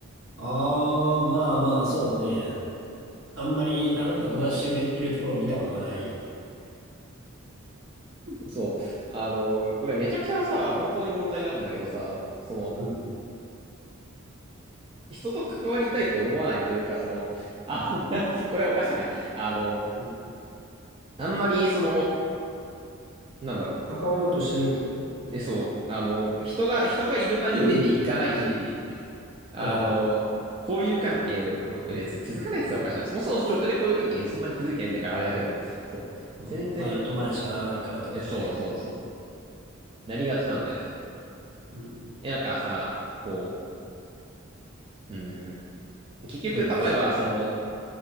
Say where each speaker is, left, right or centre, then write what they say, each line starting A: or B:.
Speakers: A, on the right; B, on the right.
A: ああ、まあまあ、そうね。あんまり、あなたが友達いるところを見たことがない。
B: そう、あの、これめちゃくちゃさ、本当に問題なんだけどさ、その、
A: うん。
B: 人と関わりたいと思わないというか、その、あ、<laughs> これはおかしいな。あの、
A: うん。
B: あんまり、その、なんだろう。
A: 関わろうとしてないってこと
B: え、そう。あの、人が、人がいる場に出ていかないし、
A: うん。うん。
B: あの、
A: はいはい。
B: 交友関係をえ別に続かないって言ったらおかしいな。そもそも初手で交友関係そんなに気づいてないんだからあれだけど、そう。全然、
A: うんまあ、よっとまでしかならないからってことね。
B: え、そうそうそう。なりがちなんだよね。
A: うん。
B: え、なんかさ、こう、うん、結局、
A: うん
B: 例えば、その、